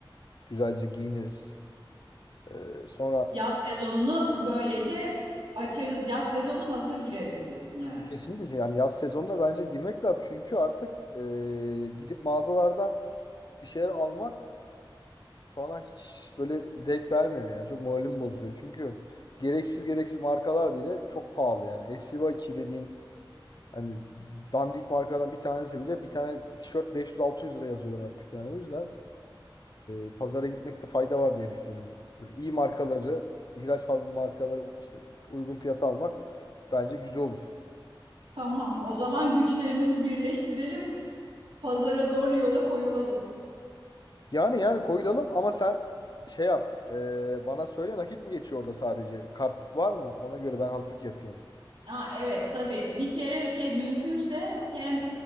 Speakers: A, on the left; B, on the right.
A: Güzelce giyiniriz. Ee, sonra
B: Yaz sezonunu böylece açarız. Yaz sezonu hazır gireriz diyorsun yani.
A: kesinlikle ki yani yaz sezonuna bence girmek lazım. Çünkü artık ee, gidip mağazalardan bir şeyler almak bana hiç böyle zevk vermiyor yani. Çok moralimi bozuyor. Çünkü gereksiz gereksiz markalar bile çok pahalı yani. SC2 dediğin hani dandik markalardan bir tanesi bile bir tane tişört 500-600 lira yazıyorlar artık yani. O yüzden e, pazara gitmekte fayda var diye düşünüyorum. Böyle iyi markaları, ihraç fazla markaları işte uygun fiyata almak bence güzel olur.
B: Tamam, o zaman güçlerimizi birleştirelim. Pazara doğru yola koyulalım.
A: Yani yani koyulalım ama sen şey yap. e, bana söyle nakit mi geçiyor orada sadece? Kart var mı? Ona göre ben hazırlık yapayım.
B: Ha evet tabii. Bir kere şey mümkünse hem